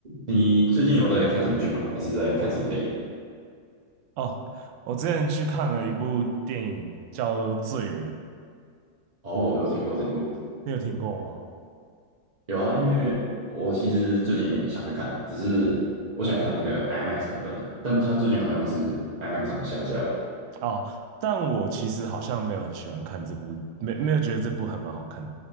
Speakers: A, on the right; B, on the right.
A: 你最近有在看什么剧吗？还是在看什么电影？
B: 哦，我之前去看了一部电影叫做《罪人》，
A: 哦，我有听过这一部，
B: 你有听过吗？
A: 有啊，因为我其实最近也想去看，只是我想看那个 IMAX 版本的，但它最近好像是 IMAX 上下架了。
B: 哦，但我其实好像没有很喜欢看这部，没没有觉得这部还蛮好看